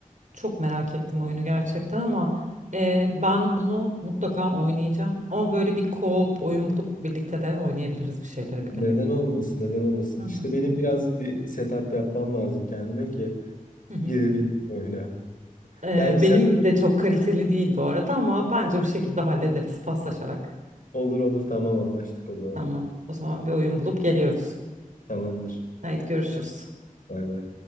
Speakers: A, on the right; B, on the left.
A: Çok merak ettim oyunu gerçekten ama e, ben bunu mutlaka oynayacağım. Ama böyle bir co-op oyun bulup birlikte de oynayabiliriz bir şeyleri bir gün.
B: Neden olmasın, neden olmasın?
A: Hı hı.
B: İşte benim biraz bir setup yapmam lazım kendime ki
A: Hı hı.
B: girebileyim oyuna.
A: E,
B: Belki
A: benim
B: sen
A: de çok kaliteli değil bu arada ama bence bir şekilde hallederiz paslaşarak.
B: olur olur tamam anlaştık o zaman.
A: Tamam, o zaman bir oyun bulup geliyoruz.
B: Tamamdır.
A: Haydi görüşürüz.
B: Bay bay.